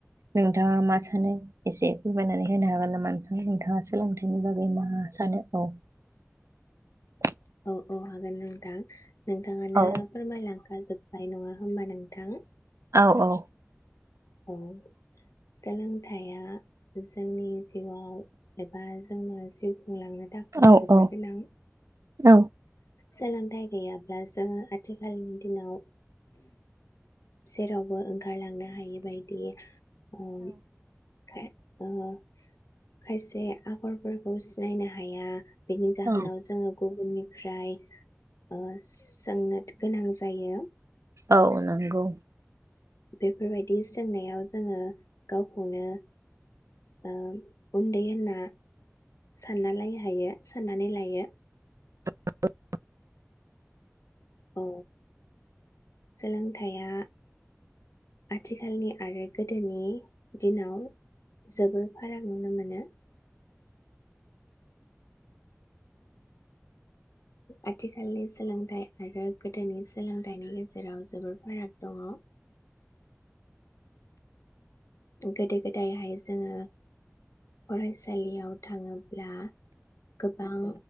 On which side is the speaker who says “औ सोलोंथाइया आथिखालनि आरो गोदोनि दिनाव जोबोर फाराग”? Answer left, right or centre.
Left